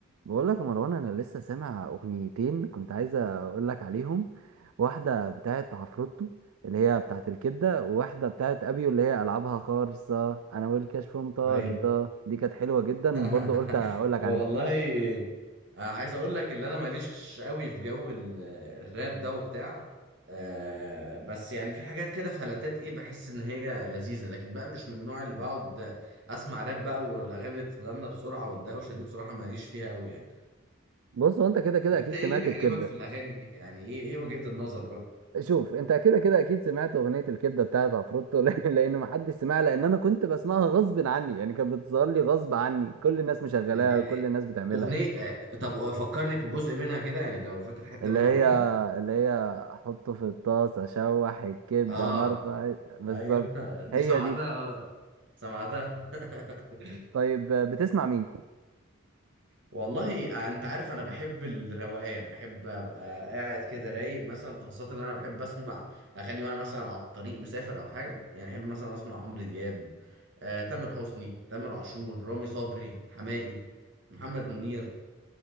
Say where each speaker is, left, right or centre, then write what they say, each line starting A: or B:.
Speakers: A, on the right; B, on the right.
A: بقول لك يا مروان انا لسه سامع اغنيتين كنت عايز اقول لك عليهم واحده بتاعه عفروتو اللي هي بتاعه الكبده وواحده بتاعه ابيو اللي هي العابها خالصه انا والكشف مطار
B: ايوه
A: ده دي كانت حلوه جدا
B: <laughs>
A: برضو قلت اقول لك
B: والله
A: عليها
B: آه، عايز اقول لك اللي انا ماليش قوي في جو ال- الراب ده وبتاع آه، بس يعني في حاجات كده فلتات ايه بحس ان هي لذيذه لكن بقى مش من النوع اللي بقعد اسمع راب بقى والاغاني اللي بتتغنى بسرعه والدوشه دي بصراحه ماليش فيها قوي يعني
A: بص هو انت كده كده اكيد
B: انت ايه
A: سمعت
B: اللي بيعجبك
A: الكبده
B: في الاغاني دي يعني ايه ايه وجهه النظر بقى
A: شوف انت كده كده اكيد سمعت اغنيه الكبده بتاعه عفروتو <laughs> لان ما حدش سمعها لان انا كنت بسمعها غصب عني يعني كانت بتظهر لي غصب عني كل الناس مشغلاها
B: ال
A: كل
B: ال
A: الناس بتعملها
B: اغنيه آه، طب فكرني بجزء منها كده يعني لو فاكر حته
A: اللي
B: منها
A: هي
B: قول لي
A: اللي هي احطه في الطاس اشوح الكبده
B: اه
A: نرفع بالظبط
B: ايوه <laughs> دي
A: هي
B: سمعتها
A: دي
B: سمعتها <laughs>
A: طيب بتسمع مين
B: والله انت عارف انا بحب الروقان احب ابقى قاعد كده رايق مثلا خاصه ان انا بحب اسمع اغاني وانا مثلا على الطريق مسافر او حاجه يعني احب مثلا اسمع عمرو دياب آه، تامر حسني تامر عاشور رامي صبري حماقي محمد منير